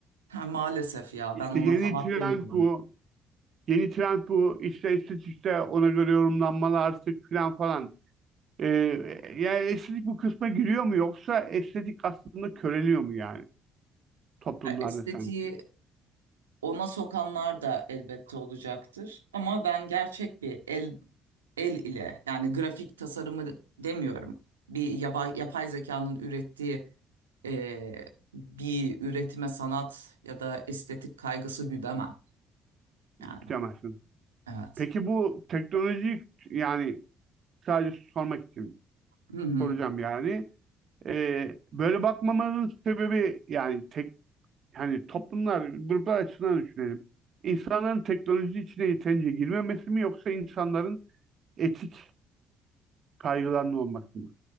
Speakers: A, on the right; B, on the right.
A: Ha, maalesef ya
B: İşte
A: ben ona
B: yeni
A: sanat
B: trend
A: demiyorum.
B: bu. Yeni trend bu. İşte estetikte ona göre yorumlanmalar artık filan falan. Ee, yani estetik bu kısma giriyor mu yoksa estetik aslında köreliyor mu yani toplumlarda
A: Ya Estetiği
B: sen
A: ona sokanlar da elbette olacaktır. Ama ben gerçek bir el el ile yani grafik tasarımı demiyorum. Bir yapay, yapay zekanın ürettiği e, bir üretime sanat ya da estetik kaygısı güdemem.
B: bilemezsin.
A: Yani evet.
B: Peki bu teknoloji yani sadece sormak için
A: Hı hı.
B: soracağım yani. Ee, böyle bakmamanın sebebi yani tek hani toplumlar gruplar açısından düşünelim. İnsanların teknoloji içine yeterince girmemesi mi yoksa insanların etik kaygılarının olması mı?